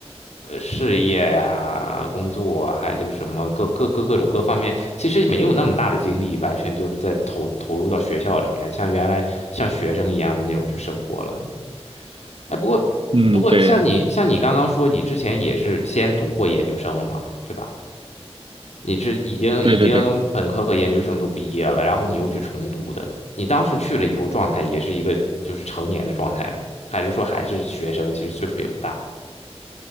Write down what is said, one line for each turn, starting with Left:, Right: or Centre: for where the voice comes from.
Left: 呃，事业呀、工作啊，还有什么各各各各种各方面，其实没有那么大的精力，完全就是在投投入到学校里面，像原来像学生一样的那种去生活了。哎，不过不过，
Right: 嗯，对
Left: 像你像你刚刚说，你之前也是先读过研究生了嘛，对吧？你是已经已经本科和研究生都毕业了，
Right: 对对对，
Left: 然后你又去重读的。你当时去了以后，状态也是一个就是成年的状态吗？还是说还是学生？其实岁数也不大。